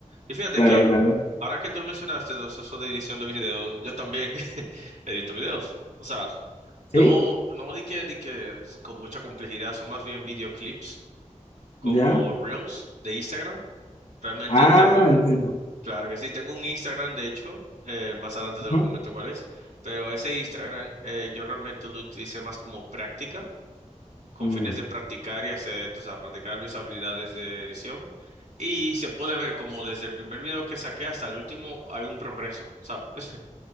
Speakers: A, on the right; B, on the left.
A: Y fíjate
B: claro,
A: que
B: claro.
A: ahora que tú lo mencionaste, los- eso de edición de videos, yo también <laughs> edito videos. O sea,
B: ¿Sí?
A: no, no di que, di que con mucha complejidad, son más bien videoclips como
B: ¿Ya?
A: Reels de Instagram. Realmente
B: Ah,
A: tengo,
B: entiendo.
A: claro que sí, tengo un Instagram, de hecho, eh, más adelante te lo
B: Ujú.
A: comento cuál es, pero ese Instagram eh, yo realmente lo utilicé más como práctica con
B: Mm.
A: fines de practicar y hacer, o sea, practicar mis habilidades de edición. Y se puede ver como desde el primer video que saqué hasta el último hay un progreso, ¿sabes? <laughs>